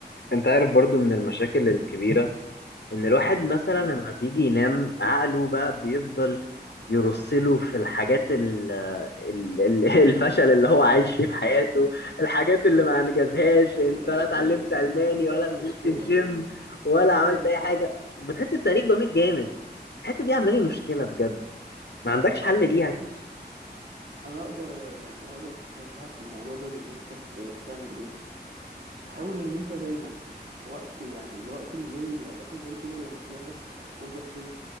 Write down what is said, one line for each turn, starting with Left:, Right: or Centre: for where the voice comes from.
Left: أنت عارف برضو من المشاكل الكبيرة ان الواحد مثلا
Right: مم.
Left: لما بيجي ينام عقله بقى بيفضل يرسله في الحاجات ال ال ال- <laughs> الفشل اللي هو عايش فيه في حياته الحاجات اللي ما انجزهاش
Right: <laughs>
Left: انت لا اتعلمت
Right: دي,
Left: الماني
Right: دي بقى
Left: ولا
Right: مشكلة
Left: نزلت الجيم ولا
Right: <laughs> أيوه
Left: عملت اي حاجه بتحس بتأنيب ضمير جامد الحته دي عامله لي مشكله بجد ما عندكش حل ليها
Right: بص انا اقدر يعني اقدر انصحك في الموضوع ده بان انت ت- تعمل ايه تحاول ان انت دايما وقت يعني الوقت اللي زي الاوقات اللي زي كده لما تلاقي نفسك هت اوفر ثينك